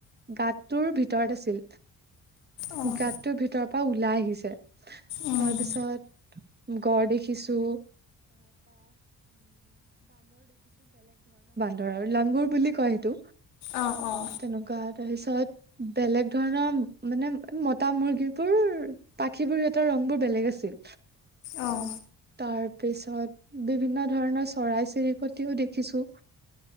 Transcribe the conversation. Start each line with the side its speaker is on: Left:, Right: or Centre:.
Right: গিতটোৰ ভিতৰত আছিল,
Left: অ',
Right: গাতটোৰ ভিতৰৰ পৰা ওলাই আহিছে,
Left: উম,
Right: তাৰ পিছত, গড় দেখিছো অঁঃ লাংগুৰ বুলি কয় সেইটো।
Left: অ', অ',
Right: তেনেকুৱা, তাৰপিছত বেলেগ ধৰণৰ মানে, মতা মুৰ্গী বোৰ পাখিবোৰ ইহঁতৰ ৰং বোৰ বেলেগ আছিল।
Left: অঁ।
Right: তাৰ পিছত বিভিন্ন ধৰণৰ চৰাই চিৰিকটিও দেখিছো।